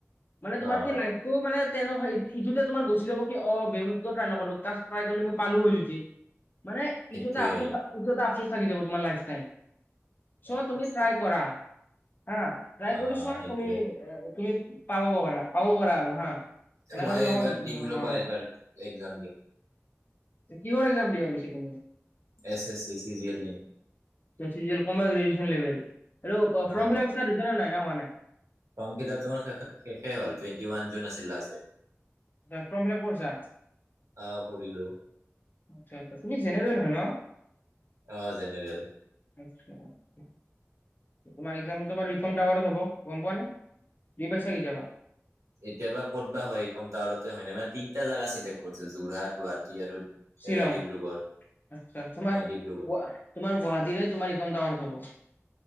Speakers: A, on the left; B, on the right.
A: মানে তোমাৰ
B: অ',
A: কি লাইফটো মানে তেনে ইটোতে তোমাৰ গুচি যাব কি অ বেমু কিয় টাই নো কা ট্ৰাই কৰিলে মই পালো হয় যদি। মানে
B: সেইটোৱে,
A: ইটোতে আ ইটো আপ থাকি যাব তমাৰ লাইফটাইম।
B: গম
A: চ'
B: পাইছো।
A: তুমি ট্ৰাই কৰা। হা ট্ৰাই
B: অ',
A: কৰিছোৱা
B: সেইটোৱে।
A: তুমি তুমি পাব প পাৰা পাব পাৰা আৰু হা এনেকা
B: মই
A: যে নহয়
B: এইবাৰ
A: নহয়
B: দিম ৰবা
A: নহয়।
B: এইবাৰ এক্সাম দিম।
A: কিহৰ এক্সাম দিবাবিছ তুমি?
B: S S C C G L দিম।
A: চি অমাৰ গ্ৰেজুেশন লেভেল আৰু ফৰ্ম
B: অ',
A: ফিল আপ চ দিছে নাই। মানে
B: ফৰ্ম ফিল তোমাৰ শেষে হ'ল টুৱেটি ৱান জুন আছিল লাষ্ট ডেট।
A: ত ফৰ্ম ফিলাপ কৰিছা?
B: অ', কৰিলো।
A: আ আচ্ছা তুমি জেনেৰেল হয় ন
B: অ', জেনেৰেল।
A: আচ্ছা। তোমাৰ এক্সামটো বাৰো ইকম টাৱাৰত হব, গম পোৱা নে দি পাইছা কেতিয়াবা?
B: এতিয় বা ক'ত বা হয় কম টাৱাৰতে হয় ন মানে তিনটা জেগা চিলেক্ট কৰিছো যোৰহাট গুৱাহাটী আৰু
A: শ্বিলং
B: এ ডিব্ৰুগড়,
A: আচ্ছা তোমাৰ
B: নাই ডিব্ৰুগড়।
A: তোমাৰ গুৱাহাটীৰে তোমাৰ ইকম টাৱাৰত হব।